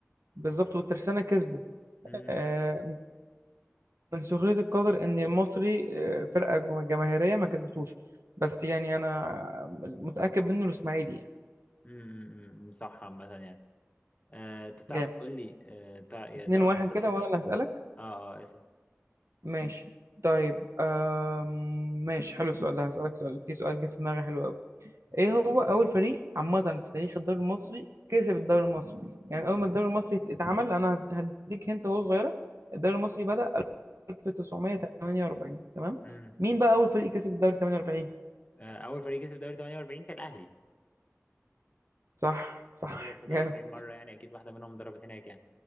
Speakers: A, on the right (about 75°); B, on the left (about 30°).
A: بالظبط والترسانه كسبوا
B: امم
A: آه من سخريه القدر ان المصري آه فرقه جم- جماهيريه ما كسبتوش بس يعني انا متاكد منه الاسماعيلي يعني
B: امم صح عامة يعني آه، انت بتعرف
A: جامد
B: تقول لي آه، تع- يعني
A: 2-1
B: ده ولا انت
A: كده
B: اللي تسأل
A: وانا اللي هسالك
B: اه اه اسأل
A: ماشي طيب آم، ماشي حلو السؤال ده هسالك سؤال في سؤال جه في دماغي حلو قوي. ايه هو اول فريق عامه في تاريخ الدوري المصري كسب الدوري المصري يعني اول ما الدوري المصري اتعمل انا هديك هنت وهو صغيره الدوري المصري بدأ 1948 تمام
B: امم
A: مين بقى اول فريق كسب الدوري 48
B: آه، اول فريق كسب دوري 48 كان الاهلي
A: صح صح
B: يعني تلاتة- 43
A: جامد
B: مرة يعني اكيد واحدة منهم ضربت هناك يعني